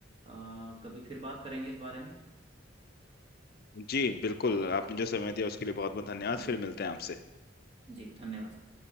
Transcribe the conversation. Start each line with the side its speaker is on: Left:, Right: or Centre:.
Right: अ, कभी फिर बात करेंगे इस बारे में
Left: हैं जी बिल्कुल आपने जो समय दिया उसके लिए बहुत बहुत धन्यवाद
Right: जी
Left: फिर मिलते हैं आपसे
Right: जी धन्यवाद सर